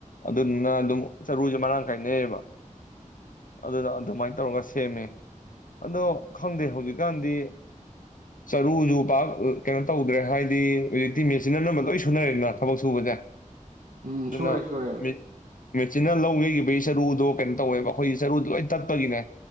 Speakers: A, on the left; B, on the right.
A: ꯑꯗꯨꯅ ꯑꯗꯨꯝ ꯆꯔꯨꯁꯦ ꯃꯔꯥꯡ ꯀꯥꯏꯅꯩꯑꯕ ꯑꯗꯨꯗ ꯑꯗꯨꯃꯥꯏꯅ ꯇꯧꯔꯒ ꯁꯦꯝꯃꯦ ꯑꯗꯣ ꯈꯪꯗꯦ ꯍꯧꯖꯤꯛꯀꯥꯟꯗꯤ ꯆꯔꯨꯁꯨ ꯄꯥꯛ ꯀꯩꯅꯣ ꯇꯧꯗ꯭ꯔꯦ ꯍꯥꯏ ꯍꯧꯖꯤꯛꯇꯤ ꯃꯦꯆꯤꯟ ꯑꯅꯝꯕ ꯂꯣꯏ ꯁꯨꯅꯔꯦꯗꯅ ꯊꯕꯛ ꯁꯨꯕꯁꯦ
B: ꯎꯝ
A: ꯑꯗꯨꯅ
B: ꯁꯨꯔꯦ ꯁꯨꯔꯦ
A: ꯃꯦ- ꯃꯦꯆꯤꯟꯅ ꯂꯧ ꯌꯩꯈꯤꯕꯒꯤ ꯆꯔꯨꯗꯣ ꯀꯩꯅꯣ ꯇꯧꯋꯦꯕ ꯑꯩꯈꯣꯏꯒꯤ ꯆꯔꯨꯗ‌ꯣ ꯂꯣꯏ ꯇꯠꯄꯒꯤꯅꯦ